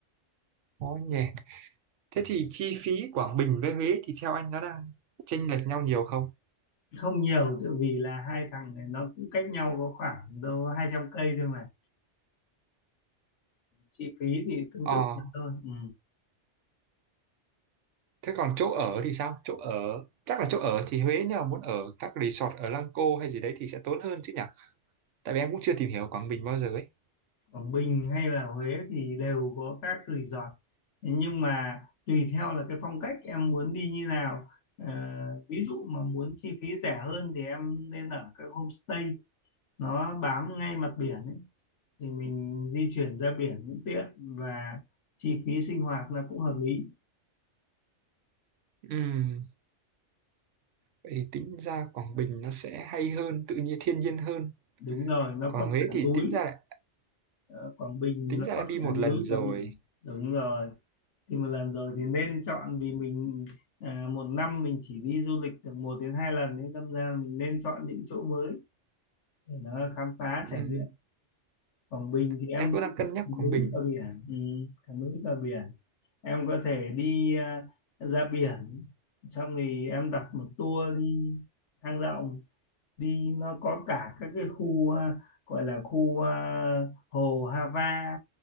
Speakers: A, on the right; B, on the left.
A: khó nhỉ. Thế thì chi phí Quảng Bình với Huế thì theo anh nó đang chênh lệch nhau nhiều không?
B: không nhiều tự vì là hai thằng này nó cũng cách nhau có khoảng đâu 200 cây thôi mà chi phí thì tương
A: Ờ
B: tự nhau thôi ừ.
A: Thế còn chỗ ở thì sao? Chỗ ở chắc là chỗ ở thì Huế nếu mà muốn ở các resort ở Lăng Cô hay gì đấy thì sẽ tốn hơn chứ nhỉ? Tại vì em cũng chưa tìm hiểu Quảng Bình bao giờ ấy.
B: Quảng Bình hay là Huế thì đều có các resort Thế nhưng mà tùy theo là cái phong cách em muốn đi như nào Ờ, ví dụ mà muốn chi phí rẻ hơn thì em nên ở các homestay nó bám ngay mặt biển ấy. thì mình di chuyển ra biển cũng tiện và chi phí sinh hoạt là cũng hợp lý
A: Ừm, vậy thì tính ra Quảng Bình nó sẽ hay hơn, tự nhiên thiên nhiên hơn.
B: đúng rồi nó
A: Còn
B: có
A: Huế
B: cả
A: thì
B: núi
A: tính ra lại
B: Ờ, Quảng Bình
A: tính
B: thì nó
A: ra
B: có
A: đã đi
B: cả
A: một
B: núi
A: lần rồi.
B: và biển đúng rồi thì một lần rồi thì nên chọn vì mình à, một năm mình chỉ đi du lịch được một đến hai lần nên đâm ra mình nên chọn những chỗ mới để nó khám phá
A: Ừm,
B: trải nghiệm Quảng Bình thì em
A: em cũng đang cân nhắc
B: đi
A: Quảng
B: núi
A: Bình.
B: và biển ừ, cả núi cả biển em có thể đi à, ra biển xong thì em đặt một tour đi hang động đi nó có cả các cái khu à, gọi là khu à, hồ Hava